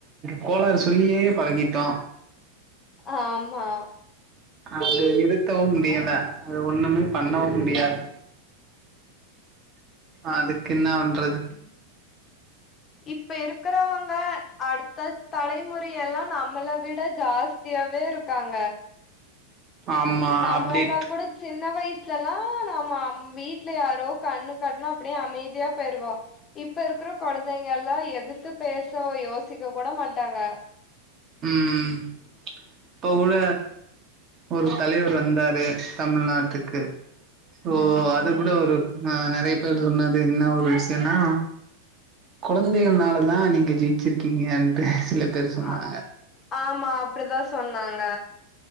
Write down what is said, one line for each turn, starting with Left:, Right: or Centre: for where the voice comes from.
Right: கோளாறு சொல்லியே பழகிட்டோ
Left: ஆமா
Right: அது நிறுத்தவு முடியல அது ஒண்ணுமே பண்ணவு முடியாது அதுக்கின்னா பண்றது
Left: உ இப்ப இருக்கிறவங்க அடுத்த தலைமுறை எல்லா நம்மள விட ஜாஸ் த்தியாவே இருக்காங்க
Right: ஆமா
Left: நம்ம
Right: அப்டேட்
Left: எல்லா கூட சின்ன வயசுலலா நாம அம் வீட்ல யாரோ கண்ணு காட்னா அப்படியே அமைதியா போயிருவோ இப்ப இருக்கிற கொழந்தைங்க எல்லா எதிர்த்து பேச யோசிக்க கூட மாட்டாங்க
Right: ம் இப்போ கூட ஒரு தலைவர் வந்தாரு தமிழ்நாட்டுக்கு ஓ அது கூட ஒரு அ நெறைய பேர் சொன்னது என்ன ஒரு விஷியன்னா கொழந்தைகள்னாலதா நீங்க ஜெயிச்சிருக்கீங்கன்டு சில பேரு சொன்னாங்க
Left: அ ஆமா அப்டிதா சொன்னாங்க